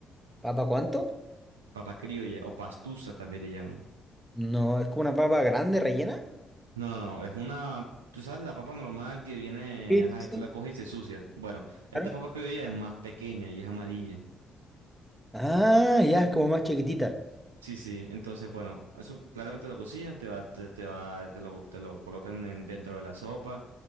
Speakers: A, in the centre; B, on the right.
A: ¿Papa cuánto?
B: Papa criolla o pastusa también le llaman.
A: No, es como una papa grande, rellena.
B: No, no, no, es una, tú sabes, la papa normal que viene,
A: Sí,
B: ajá,
A: sí,
B: que tú
A: sí,
B: la coges y se sucia. Bueno, esta
A: claro.
B: papa que hoy es más pequeña y es amarilla.
A: Ah, ya, es como más chiquitita.
B: Sí, sí, entonces, bueno, eso claramente lo cocinan, te va, te, te va, te lo, te lo colocan en- dentro de la sopa